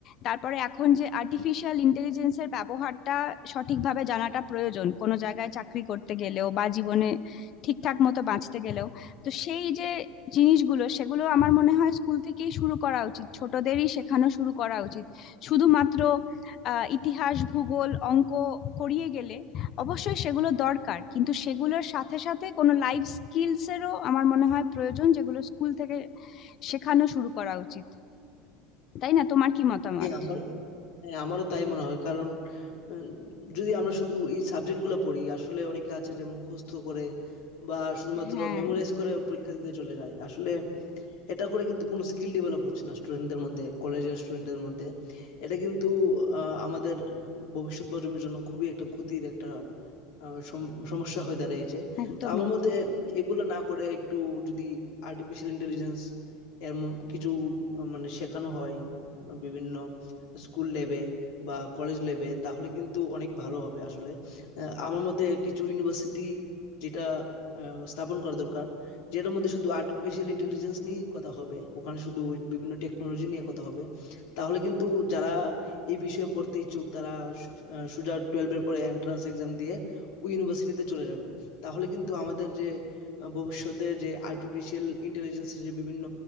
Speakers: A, on the left; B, on the left.
A: তারপরে এখন যে আর্টিফিশিয়াল ইন্টেলিজেন্সের ব্যবহারটা সঠিকভাবে জানাটা প্রয়োজন কোনো জায়গায় চাকরি করতে গেলেও বা জীবনে ঠিকঠাক মতো বাঁচতে গেলেও তো সেই যে জিনিসগুলো সেগুলো আমার মনে হয় স্কুল থেকেই শুরু করা উচিত ছোটদেরই শেখানো শুরু করা উচিত শুধুমাত্র আহ ইতিহাস ভূগোল অঙ্ক করিয়ে গেলে অবশ্যই সেগুলো দরকার কিন্তু সেগুলোর সাথে সাথে কোনো লাইফ স্কিলস এরও আমার মনে হয় প্রয়োজন যেগুলো স্কুল থেকে শেখানো শুরু করা উচিত তাই না তোমার কি মতামত
B: হ্যাঁ আমার হ্যাঁ আমারও তাই মনে হয় কারণ উম, যদি আমরা শুধু এই সাবজেক্টগুলো পড়ি আসলে অনেকে আছে যে মুখস্থ করে বা শুধুমাত্র
A: হ্যাঁ
B: মেমোরাইজ করে পরীক্ষা দিতে চলে যায় আসলে এটা করে কিন্তু কোনো স্কিল ডেভেলপ হচ্ছে না স্টুডেন্টদের মধ্যে কলেজের স্টুডেন্টদের মধ্যে এটা কিন্তু আহ, আমাদের ভবিষ্যৎ প্রজন্মের জন্য খুবই একটা ক্ষতির একটা আহ, সম- সমস্যা হয়ে দাঁড়িয়েছে
A: একদমই
B: তো আমার মতে এগুলো না করে একটু যদি আর্টিফিশিয়াল ইন্টেলিজেন্স এর ম- কিছু আহ, মানে শেখানো হয় বিভিন্ন স্কুল লেভে বা কলেজ লেভে তাহলে কিন্তু অনেক ভালো হবে আসলে আহ, আমার মতে কিছু ইউনিভার্সিটি যেটা আহ, স্থাপন করা দরকার যেটার মধ্যে শুধু আর্টিফিশিয়াল ইন্টেলিজেন্স নিয়েই কথা হবে ওখানে শুধু ওই বিভিন্ন টেকনোলজি নিয়ে কথা হবে তাহলে কিন্তু যারা এই বিষয়ে পড়তে ইচ্ছুক তারা সু- আহ, সোজা টুয়েলভের পরে এন্ট্রান্স এক্সাম দিয়ে ওই ইউনিভার্সিটিতে চলে যাবে তাহলে কিন্তু আমাদের যে আহ, ভবিষ্যতে যে আর্টিফিশিয়াল ইন্টেলিজেন্সের যে বিভিন্ন